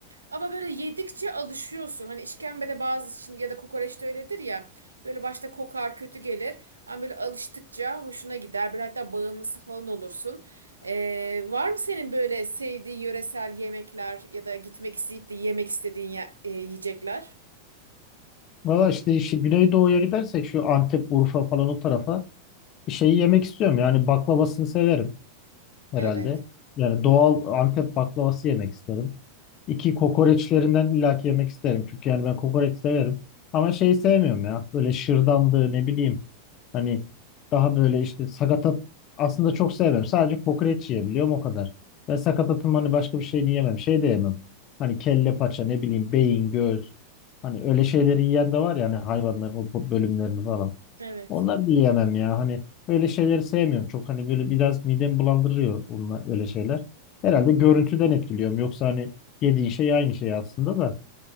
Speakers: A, on the right; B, on the left.
A: Ama böyle yedikçe alışıyorsun. Hani işkembede bazı için ya da kokoreç de öyledir ya. Böyle başta kokar kötü gelir. Ama böyle alıştıkça hoşuna gider. Böyle hatta bağımlısı falan olursun. Ee, var mı senin böyle sevdiğin yöresel yemekler ya da gitmek isteyip de yemek istediğin ya- e, yiyecekler?
B: Valla işte işi Güneydoğu'ya gidersek şu Antep, Urfa falan o tarafa şeyi yemek istiyorum. Yani baklavasını severim herhalde.
A: Evet.
B: Yani doğal Antep baklavası yemek isterim. İki kokoreçlerinden illaki yemek isterim. Çünkü yani ben kokoreç severim. Ama şeyi sevmiyorum ya. Böyle şırdandı ne bileyim. Hani daha böyle işte sakatat aslında çok sevmem. Sadece kokoreç yiyebiliyorum o kadar. Ve sakatatın hani başka bir şeyini yemem. Şey de yemem. Hani kelle paça ne bileyim beyin, göğüs. Hani öyle şeyleri yiyen de var ya hani hayvanların o bu- bölümlerini falan.
A: Evet.
B: Onları da yiyemem ya. Hani öyle şeyleri sevmiyorum. Çok hani böyle biraz midemi bulandırıyor onlar, öyle şeyler. Herhalde görüntüden etkiliyorum. Yoksa hani yediğin şey aynı şey aslında da.